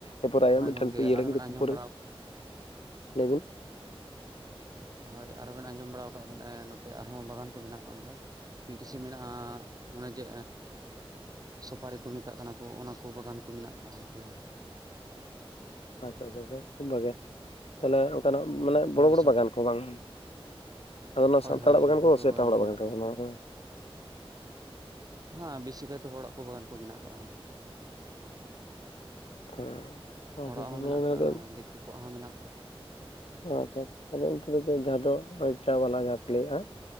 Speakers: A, on the left; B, on the right.
A: ᱮᱯᱚᱨ ᱟᱭᱟᱜ
B: ᱦᱳᱭ
A: ᱢᱤᱫᱴᱮᱱ
B: ᱜᱚᱢᱠᱮ
A: ᱤᱭᱟᱹ
B: ᱟᱨᱦᱚᱸ
A: ᱞᱟᱜᱤᱫ
B: ᱵᱮᱱ ᱟᱸᱡᱚᱢ
A: ᱯᱩᱨ
B: ᱵᱟᱲᱟ
A: ᱞᱟᱹᱭ ᱵᱤᱱ
B: ᱦᱳᱭ ᱟᱨ ᱵᱮᱱ ᱟᱸᱡᱚᱢ ᱵᱟᱲᱟᱣ ᱠᱟᱜ ᱵᱮᱱ ᱱᱚᱛᱮ ᱟᱨᱦᱚᱸ ᱵᱟᱜᱟᱱ ᱠᱚ ᱢᱮᱱᱟᱜ ᱠᱚ ᱚᱱᱠᱟ ᱢᱤᱫ ᱠᱤᱥᱤᱢ ᱢᱮᱱᱟᱜ-ᱟ᱾ ᱚᱱᱮ ᱡᱮ ᱥᱳᱯᱷᱟᱨᱤ ᱠᱚ ᱢᱮᱛᱟᱜ ᱠᱟᱱᱟ ᱠᱚ ᱚᱱᱟ ᱠᱚ ᱵᱟᱜᱟᱱ ᱠᱚ ᱢᱮᱱᱟᱜ ᱠᱟᱜ-ᱟ ᱱᱚᱛᱮ ᱫᱚ᱾
A: ᱟᱪᱪᱷᱟ ᱟᱪᱪᱷᱟ ᱟᱪᱪᱷᱟ ᱠᱷᱩᱵ ᱵᱷᱟᱜᱮᱭ ᱛᱟᱞᱦᱮ ᱚᱱᱠᱟᱱᱟᱜ ᱢᱟᱱᱮ ᱵᱚᱲᱚ
B: ᱦᱳᱭ
A: ᱵᱚᱲᱚ
B: ᱥᱚᱵ
A: ᱵᱟᱜᱟᱱ ᱠᱚ ᱵᱟᱝ ᱟᱫᱚ ᱚᱱᱟ
B: ᱦᱳᱭ
A: ᱥᱟᱱᱛᱟᱲᱟᱜ
B: ᱦᱳᱭ
A: ᱵᱟᱜᱟᱱ
B: ᱞᱟᱹᱴᱩ
A: ᱠᱚ
B: ᱞᱟᱹᱴᱩ
A: ᱥᱮ ᱮᱴᱟᱜ ᱦᱚᱲᱟᱜ
B: ᱜᱮ ᱢᱮᱱᱟᱜ
A: ᱵᱟᱜᱟᱱ
B: ᱟᱠᱟᱜᱼᱟ
A: <unintelligible>
B: ᱦᱮᱸ ᱵᱮᱥᱤᱠᱟᱭᱛᱮ ᱦᱚᱲᱟᱜ ᱠᱚ ᱵᱟᱜᱟᱱ ᱠᱚ ᱢᱮᱱᱟᱜ ᱠᱟᱜᱼᱟ᱾
A: ᱦᱮᱸ ᱟᱪᱪᱷᱟ
B: ᱦᱚᱲᱟᱜ
A: ᱟᱪᱪᱷᱟ
B: ᱦᱚᱸ ᱢᱮᱱᱟᱜ
A: ᱱᱚᱣᱟ
B: ᱠᱟᱜ-ᱟ
A: ᱫᱚ
B: ᱫᱤᱠᱩ ᱠᱚᱣᱟᱜ ᱦᱚᱸ ᱢᱮᱱᱟᱜ ᱠᱟᱜ-ᱟ᱾
A: ᱟᱼᱪᱪᱷᱟ ᱟᱫᱚ ᱚᱱᱛᱮ ᱫᱚ ᱡᱟᱦᱟᱸ ᱫᱚ ᱪᱟ ᱵᱟᱞᱟ ᱡᱟᱦᱟᱸ ᱠᱚ ᱞᱟᱹᱭ-ᱟ